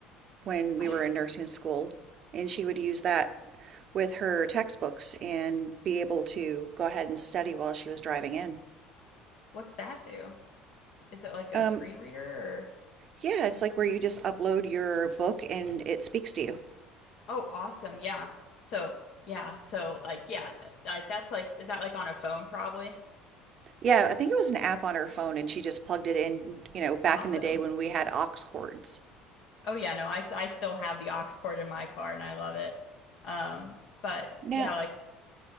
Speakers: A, on the right; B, on the left.
A: when
B: <sighs>
A: we
B: I,
A: were in nursing school, and she would use that with her textbooks and be able to go ahead and study while she was driving in.
B: what's that do? is it like a
A: Um,
B: screen reader or
A: yeah, it's like where you just upload your book and it speaks to you.
B: oh awesome yeah so yeah so like yeah like that's like is that like on a phone probably
A: Yeah, I think it was an app on her phone and she just plugged it in, you know, back
B: awesome
A: in the day when we had aux cords.
B: oh yeah no I I still have the aux cord in my car and I love it um but
A: Now,
B: yeah like s-